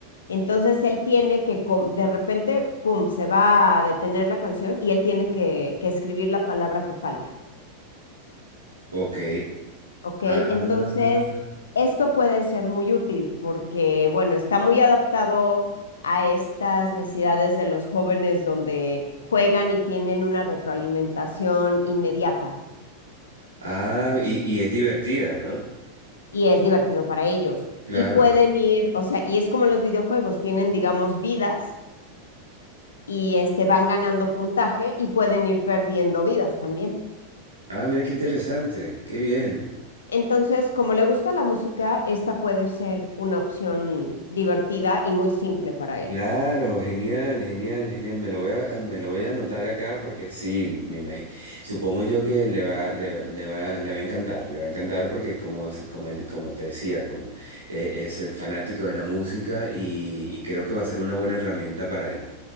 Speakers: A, on the left (about 65°); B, on the right (about 75°).
A: Entonces, él tiene que, com- de repente, pum, se va a detener la canción y él tiene que, que escribir la palabra que falta.
B: ok.
A: Ok,
B: Ah,
A: entonces esto puede ser muy útil porque, bueno, está muy adaptado a estas necesidades de los jóvenes donde juegan y tienen una retroalimentación inmediata
B: ah, y, y es divertida, ¿no?
A: y es divertido para ellos.
B: Claro.
A: Y pueden ir, o sea, y es como en los videojuegos, tienen, digamos, vidas y este, van ganando puntaje y pueden ir perdiendo vidas también.
B: Ah, mira qué interesante, qué bien.
A: Entonces, como le gusta la música, esta puede ser una opción divertida y muy simple para él.
B: Claro, genial, genial, genial. Me lo voy a, me lo voy a anotar acá porque sí, me imagino. Supongo yo que le va, le va, le va, le va a encantar, le va a encantar porque como, como, él, como te decía, como eh, es el fanático de la música y, y creo que va a ser una buena herramienta para él.